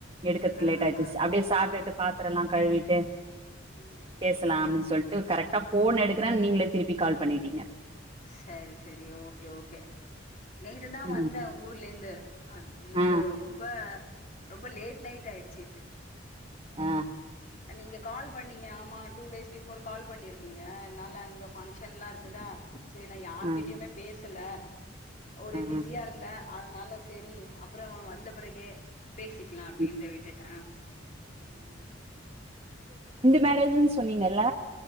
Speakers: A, on the right; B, on the left.
A: எடுக்கறதுக்கு
B: ஆ
A: லேட் ஆயிடுச்சு
B: ஆ
A: அப்படியே சாப்டுட்டு பாத்தரல்லா கழுவிட்டு
B: ம்
A: பேசலாம்னு
B: ம்
A: சொல்ட்டு கரக்டா போன் எடுக்குற நீங்களே திருப்பி கால் பண்ணிட்டீங்க
B: சரி சரி ஓகே ஓகே நேத்து தா
A: ம்
B: வந்த ஊருலிந்து அஹ் நேத்து
A: ஆ
B: ரொம்ப ரொம்ப லேட் நைட் ஆயிடுச்சு
A: அ
B: நீங்க கால் பண்ணீங்க ஆமா டூ டேஸ் பிஃபோர் கால் பண்ணிருந்தீங்க என்னால அங்க ஃபங்க்ஷன்லா இருந்துதா சேரி நா யாருகிட்டயுமே
A: ஆ
B: பேசல ஒரே பிஸியா
A: ஆ
B: இருந்த அதனால செரி அப்பறொ வந்த பிறகே பேசிக்கலா அப்டின்ட்டு
A: ம்
B: விட்டுட்ட
A: மேரேஜீன் சொன்னீங்கல்ல